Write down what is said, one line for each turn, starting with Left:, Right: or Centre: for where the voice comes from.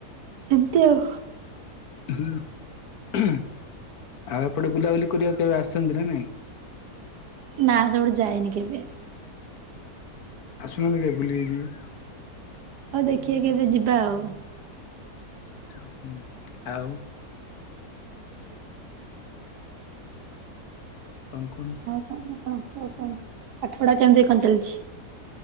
Right: ଏମତି ଆଉ।
Left: ହୁଁ ଆଉ ଏପଟେ ବୁଲାବୁଲି କରିବାକୁ କେବେ ଆସିଛନ୍ତି ନା ନାଇଁ?
Right: ନା ସେପଟେ ଯାଇନି କେବେ।
Left: ଆସୁନାହାନ୍ତି କେବେ ବୁଲିକି ଯିବେ।
Right: ହଉ ଦେଖିବା କେବେ ଯିବା ଆଉ।
Left: <unintelligible> ଆଉ? କଣ କୁହନ୍ତୁ?
Right: <unintelligible> ପାଠ ପଢା କେମିତି କଣ ଚାଲିଛି?